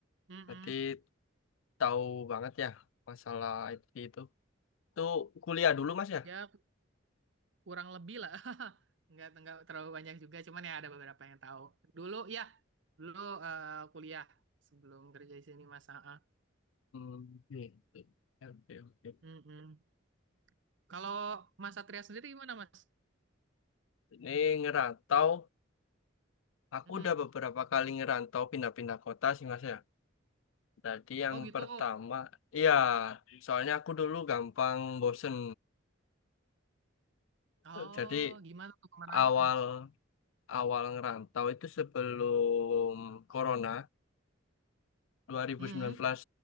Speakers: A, on the right; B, on the left.
A: Mm-mm.
B: berarti tahu banget ya masalah IT itu itu kuliah dulu mas ya
A: Ya kurang lebih lah. <laughs> Nggak, nggak terlalu banyak juga, cuman ya ada beberapa yang tahu. Dulu ya, dulu eh, kuliah sebelum kerja di sini Mas. Ah, ah.
B: Hmm, oke oke oke oke.
A: Mm-mm. Kalau Mas Satria sendiri gimana Mas?
B: ini ngerantau aku
A: Mm-mm.
B: udah beberapa kali ngerantau pindah-pindah kota sih mas ya tadi yang
A: Oh gitu.
B: pertama iya soalnya aku dulu gampang bosen
A: Oh
B: jadi
A: gimana tuh kemana
B: awal
A: aja tuh Mas?
B: awal ngerantau itu sebelum Corona 2019
A: Mm-mm.